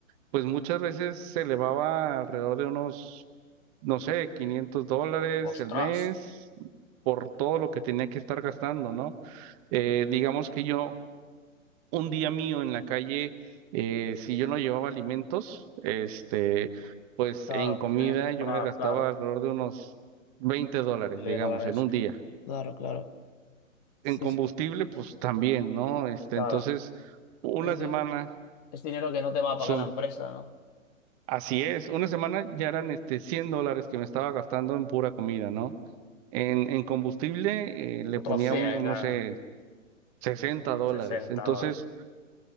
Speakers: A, on the right; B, on the left.
A: pues muchas veces se elevaba alrededor de unos, no sé, 500 dólares
B: Ostras,
A: el mes por todo lo que tenía que estar gastando, ¿no? Eh, digamos que yo, un día mío en la calle, eh, si yo no llevaba alimentos, este, pues
B: claro,
A: en comida
B: tenías que comprar,
A: yo me gastaba
B: claro.
A: alrededor de unos 20 dólares,
B: de
A: digamos,
B: dólares.
A: en un día.
B: Claro, claro. Sí,
A: En combustible,
B: sí,
A: pues también, ¿no? Este,
B: claro.
A: entonces, una
B: Es,
A: semana
B: di- es dinero que no te va a pagar
A: son
B: la empresa, ¿no?
A: Así es, una semana ya eran este 100 dólares que me estaba gastando en pura comida, ¿no? En, en combustible eh, le
B: Otros
A: poníamos,
B: 100,
A: no
B: ah,
A: sé, 60
B: unos
A: dólares.
B: 60
A: Entonces,
B: dólares.